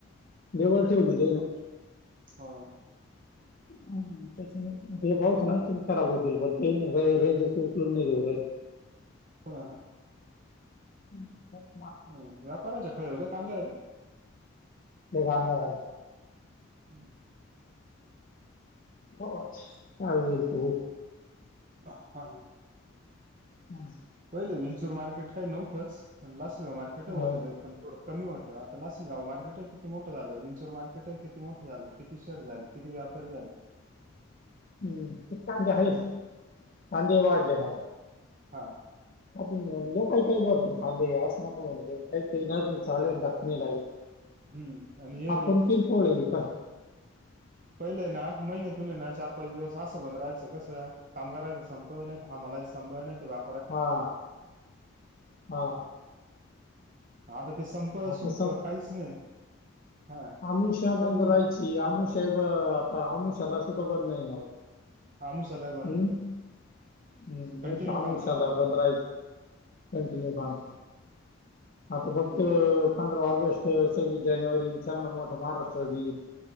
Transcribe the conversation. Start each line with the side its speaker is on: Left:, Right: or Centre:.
Left: देवळ ठेवली देे ना.
Right: हा.
Left: मंग त्याच्यामुळे त्या पाऊस नाही की खराब होतील पण ते रेंजच उचलून नाही देऊ राहिल.
Right: हा हा.
Left: हम.
Right: ह व्यापारच कळले कांदे येईल.
Left: येखादा आहे.
Right: हम्म.
Left: पाहू आता काय होईल ते होईल.
Right: हा.
Left: हम्.
Right: पहिले विंचर मार्केट काही नव्हंच प लास्ट मार्केट होत
Left: हो.
Right: पण थोड कमी होत आता लस जाव मार्केट आहे किती मोठं झालं विंचोर मार्केट आहे किती मोठं झालं किती शर्ट झाली. किती व्यापार झाला.
Left: हम्म कांद्या हरी कांदे वाढले ना.
Right: हां.
Left: अजून लोकही काही भरपूर फांदच नक म्हणा काही काही चालेल द नाही लागेल.
Right: हम्म आणि हे
Left: आपण किरकोळये काय.
Right: पहिलं ना आता महिने तुन ना चार पाच दिवस असं बंद राहायचं कसं कामगारांचा संप व नाही हामलाहीच संपव नाही ते बा
Left: हा हा
Right: <unintelligible> ते संप
Left: आता
Right: संप काहीच नाही. हा
Left: आमिषा
Right: तरी
Left: बंद राहायची आमषा ब आता आमिषाला सुद्धा बंद नाही ना.
Right: अमिषाला ही बंद
Left: हम्म
Right: नाही.
Left: हम्म
Right: कंटिन्यू
Left: नाही त अमिषाला
Right: काम चालत
Left: बंद राय कंटिन्यू काम. आता
Right: तरी
Left: फक्त पंधरा ऑगस्ट सव्वीस जानेवारी चांगला मोठा महाराष्ट्र दिन